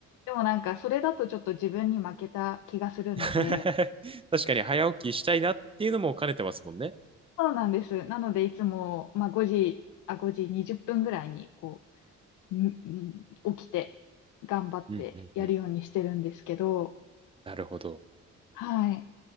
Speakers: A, on the left; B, on the right.
A: でもなんか、それだとちょっと自分に負けた気がするので、
B: <laughs> 確かに早起きしたいなっていうのも兼ねてますもんね。
A: そうなんです。なので、いつも、まあ、5時、あ、5時20分ぐらいに、こう、んん起きて、頑張ってやるようにしてるんですけど、
B: うんうんうん。なるほど。
A: はい。